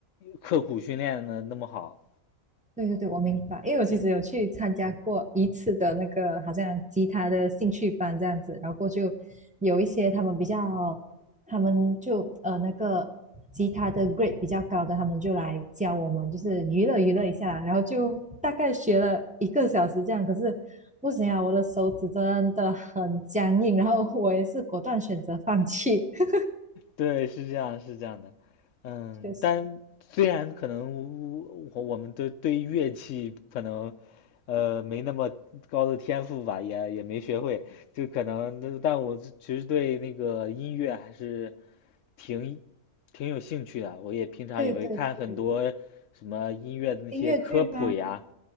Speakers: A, on the left; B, in the centre.
A: 刻苦训练的那么好，
B: 对对对，我明白，
A: 嗯。
B: 因为我其实有去参加过一次的那个好像吉他的兴趣班这样子，然后过就有一些他们比较，他们就呃那个吉他的 grade 比较高的，他们就来教我们，就是娱乐娱乐一下，然后就大概学了一个小时这样，可是不行啊，我的手指真的很僵硬，然后我也是果断选择放弃。<laughs>
A: 对，是这样，是这样的，嗯，
B: 确实，
A: 但虽然可能我我们都对乐器可能，呃，没那么高的天赋吧，也也没学会，就可能，但我其实对那个音乐还是挺挺有兴趣的，我也平常也会看很多什么音乐的那些科普呀，
B: 对对对，音乐剧吗？